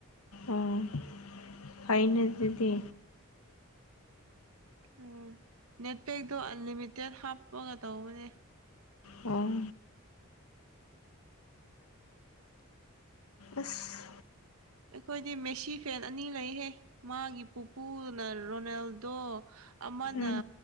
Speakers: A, on the left (about 80°); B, on the right (about 75°).
A: ꯑꯣ ꯐꯥꯏꯩꯅ ꯑꯗꯨꯗꯤ
B: ꯎꯝ ꯅꯦꯠꯄꯦꯛꯇꯣ ꯑꯟꯂꯤꯃꯤꯇꯦꯠ ꯍꯥꯞꯄꯒ ꯇꯧꯕꯅꯦ
A: ꯑꯣ ꯑꯁ
B: ꯑꯩꯈꯣꯏꯗꯤ ꯃꯦꯁꯤ ꯐꯦꯟ ꯑꯅꯤ ꯂꯩꯍꯦ ꯃꯥꯒꯤ ꯄꯨꯄꯨꯗꯨꯅ ꯔꯣꯅꯦꯜꯗꯣ ꯑꯃꯅ
A: ꯎꯝ